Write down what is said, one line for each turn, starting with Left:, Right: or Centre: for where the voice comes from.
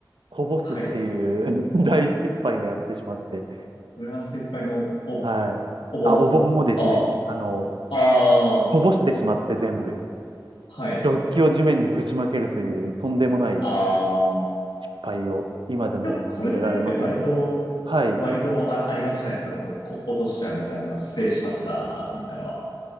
Right: こぼすっていう
Left: はい。
Right: <laughs> 大失敗をやってしまって、
Left: フランスいっぱいのお、
Right: はい。
Left: お盆。
Right: あ、お盆をですね、
Left: あ、
Right: あの、
Left: あ
Right: こぼしてしまって全部、
Left: あはい。
Right: ジョッキを地面にぶちまけるというとんでもない
Left: ああ
Right: 敗を今でも忘れられませんね。
Left: でも、それぐらいって割と、
Right: はい。
Left: 割とあ、ありがちじゃないですか。なんか、こ、落としちゃうみたいな、失礼しました、みたいなのは。